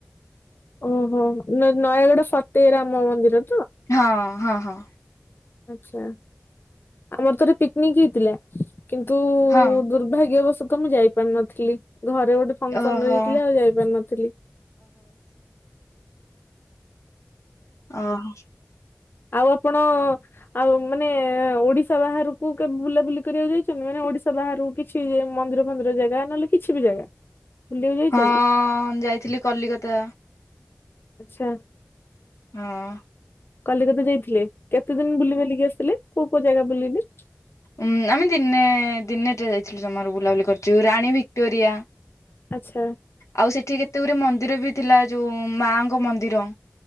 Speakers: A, on the left; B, on the left.
A: ଓହୋ ନ ନୟାଗଡ ଫତେରାମ ମନ୍ଦିର।
B: ହଁ ହଁ ହଁ।
A: ଆଛା, ଆମର ଥରେ ପିକନିକ ହେଇଥିଲା। କିନ୍ତୁ
B: ହଁ
A: ଦୁର୍ଭାଗ୍ୟବଶତଃ ମୁଁ ଯାଇପାରିନଥିଲି। ଘରେ ଗୋଟେ ଫଙ୍ଗସନ
B: ଓହୋ
A: ରହି ଯାଇଥିଲା ଆଉ ଯାଇପାର ନଥିଲି।
B: ଅ ହ।
A: ଆଉ ଆପଣ ଆଉ ମାନେ ଓଡିଶା ବାହାରକୁ କେବେ ବୁଲାବୁଲି କରିବାକୁ ଯାଇଛନ୍ତି? ମାନେ ଓଡିଶା ବାହରକୁ କିଛି ମନ୍ଦିର ଫନ୍ଦିର ଜାଗା ନହେଲେ କିଛି ବି ଜାଗା। ବୁଲିବାକୁ ଯାଇଛନ୍ତି?
B: ହଁ ଯାଇଥିଲି କଲିକତା।
A: ଆଚ୍ଛା
B: ହଁ ।
A: କଲିକତା ଯାଇଥିଲେ, କେତେ ଦିନ ବୁଲି ବାଲିକି ଆସିଲେ, କୋଉ କୋଉ ଜାଗା ବୁଲିଲେ?
B: ଉଁ ଆମେ ଦିନେ ଦିନେଟେ ଯାଇଥିଲୁ ଜମାରୁ ବୁଲାବୁଲି କରିୁଛୁ, ରାଣୀ ଭିକ୍ଟୋରିଆ ।
A: ଆଚ୍ଛା
B: ଆଉ ସେଠି କେତେ ଗୁରେ ମନ୍ଦିର ବି ଥିଲା, ଯୋଉ ମାଙ୍କ ମନ୍ଦିର ।